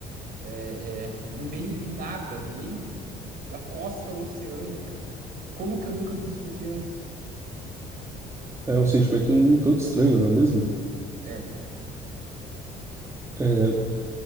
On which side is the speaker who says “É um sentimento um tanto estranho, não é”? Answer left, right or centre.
Right